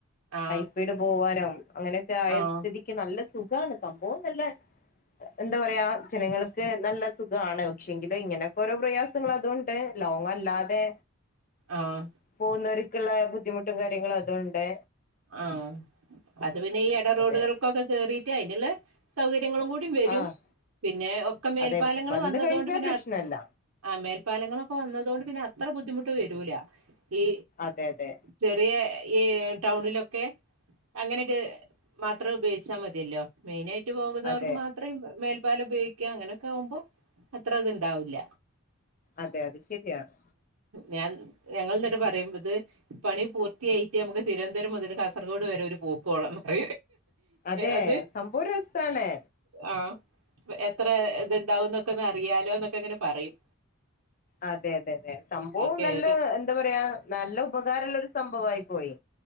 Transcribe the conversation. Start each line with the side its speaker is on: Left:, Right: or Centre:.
Right: ആഹ്
Left: ഹൈസ്പീഡ് പോവാനോ അങ്ങനെയൊക്കെ ആയ
Right: ആഹ്
Left: സ്ഥതിക്ക് നല്ല സുഖമാണ് സംഭവം നല്ല എന്താ പറയാ ജനങ്ങൾക്ക് നല്ല സുഖ ഇതാണ് പക്ഷെങ്കില ഇങ്ങനെയക്കെഓരോ പ്രയാസങ്ങൾ അതുകൊണ്ട് ലോങ് അല്ലാതെ
Right: ആഹ്
Left: പോകുന്നൊ ക്കുള്ള ബുദ്ധിമുട്ടും കാര്യങ്ങളും അതുണ്ട്
Right: ആഹ അത് പിന്നെ ഈ ഇടറോഡുകൾക്കൊക്കെ
Left: അതെ
Right: കേറിട്ട് അതിനുള്ള സൗകര്യ യങ്ങളും കൂടി വരും
Left: ആഹ്
Right: പിന്നെ ഒക്കെ മേൽപാലങ്ങൾ
Left: അതെ വന്ന്
Right: വന്നതൊണ്ട്
Left: കഴിഞ്ഞാ
Right: പിന്നെ
Left: പ്രശ്നല്ല
Right: ആഹ് മേൽപ്പാലങ്ങളൊക്കെ വന്നതൊണ്ട് പിന്നെ അത്ര ബുദ്ധിമുട്ട് വരൂല ഈ
Left: അതെ അതെ
Right: ചെറിയ ഈ ടൗണിലൊക്കെ അങ്ങനൊക്കെ മാത്രം ഉപയോഗിച്ചാൽ മതിയല്ലോ മെയിനയിട്ട് പോകുന്നവർക്ക്
Left: അതെ
Right: മാത്രേ മേൽ പ്പാല ഉപയോഗിക്കുക അങ്ങനെയൊക്കെ ആകുമ്പോ അത്ര ഇത്ണ്ടാവൂില്ല
Left: അതെ അതെ ശരിയാണ്
Right: ഞാൻ ഞങ്ങൾന്നിട്ട് പറയുമ്പത് പണി പൂർത്തിയായിട്ട് നമുക്ക് തിരുവനന്തപുരം മുതൽ കാസർഗോഡ് വരെ ഒരു പോക്കുവോളന്ന്റ
Left: അതെ
Right: അത്
Left: സംഭവം രസാണ്
Right: ആഹ് എത്ര ഇത്ണ്ടാവുംന്നൊക്കെ ഒന്ന് അറിയാലോ എന്നൊക്കെ ഇങ്ങനെ പറയും
Left: അതെ അതെ അതെ സംഭവം
Right: ഓക്കെ
Left: നല്ല
Right: ഏത്
Left: എന്താ പറയാ നല്ല ഉപകാരമുള്ളരു സംഭവയി പോയി